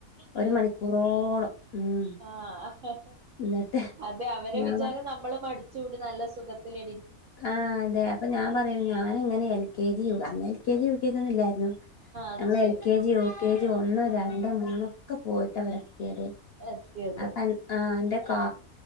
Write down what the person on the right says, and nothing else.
ആ ഹ ഹ
അത് ടെ അവര്ടെ
വിചാരം
നമ്മൾ മടിച്ച് കൂടി നല്ല സുഖത്തിലേ
അത്
ശരി
എത്തിയത്